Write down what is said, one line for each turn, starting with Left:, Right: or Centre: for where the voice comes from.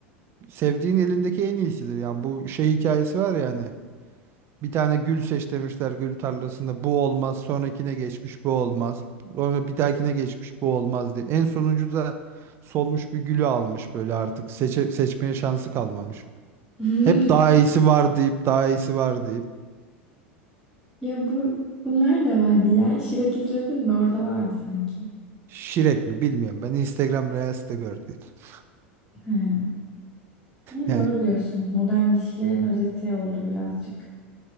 Right: sevdiğin elindeki en iyisidir. Yani bu şey hikayesi var yani Bir tane gül seç demişler gül tarlasında. Bu olmaz. Sonrakine geçmiş bu olmaz. Sonra bir dahakine geçmiş bu olmaz diye. En sonuncu da solmuş bir gülü almış böyle artık. Seçe- seçmeye şansı kalmamış.
Centre: <laughs>
Right: Hep daha iyisi var deyip daha iyisi var deyip.
Centre: Ya bu bunlar da vardı ya. Shrek izledin mi? Orada vardı sanki.
Right: Şirek mi bilmiyorum. Ben Instagram Reels'te gördüm. <laughs>
Centre: He. Yani
Right: Yani,
Centre: doğru diyorsun. Modern ilişkilerin özeti oldu birazcık.